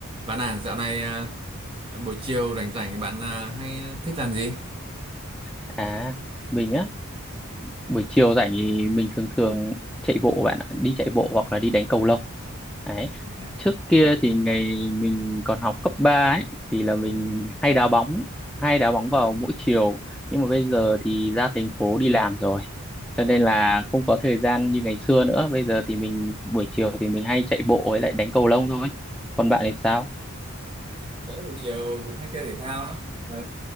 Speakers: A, on the right; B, in the centre.
A: Bạn à, dạo này à, buổi chiều rảnh rảnh bạn à, hay à, thích làm gì?
B: À, mình á, buổi chiều rảnh thì mình thường thường chạy bộ bạn ạ, đi chạy bộ hoặc là đi đánh cầu lông. Đấy.
A: Dạ.
B: Trước kia thì ngày mình còn học cấp 3 ấy thì là mình hay đá bóng, hay đá bóng vào mỗi chiều, nhưng mà bây giờ thì ra thành phố đi làm rồi. Cho nên là không có thời gian như ngày xưa nữa, bây giờ thì mình buổi chiều thì mình hay chạy bộ với lại đánh cầu lông thôi. Còn bạn thì sao?
A: buổi chiều cũng hay chơi thể thao lắm. Tớ